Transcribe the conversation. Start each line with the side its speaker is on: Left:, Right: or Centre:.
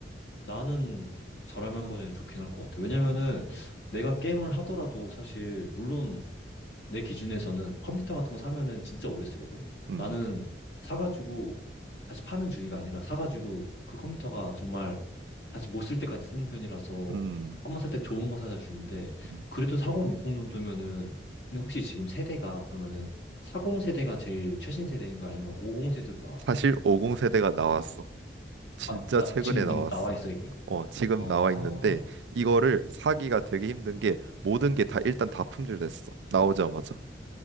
Left: 나는 저렴한 버전이 좋긴 할 것 같아. 왜냐면은
Right: 음,
Left: 내가 게임을 하더라도 사실, 물론 내 기준에서는 컴퓨터 같은 거 사면은 진짜 오래 쓰거든?
Right: 음,
Left: 나는 사가지고 다시 파는 주의가 아니라 사가지고 그 컴퓨터가 정말 다시 못 쓸 때까지 쓰는 편이라서
Right: 음, 음.
Left: 한번 살 때 좋은 거 사자 주의인데
Right: 음.
Left: 그래도 4060 정도면은 근데 혹시 지금 세대가 그러면은 40 세대가 제일 최신 세대인 거야? 아니면 50 세대도 나왔어?
Right: 사실 50 세대가 나왔어. 진짜
Left: 아, 나
Right: 최근에
Left: 지금
Right: 나왔어.
Left: 미- 나와 있어 이미?
Right: 어, 지금
Left: 아,
Right: 나와 있는데 이거를 사기가 되게 힘든 게 모든 게 다 일단 다 품절됐어. 나오자마자.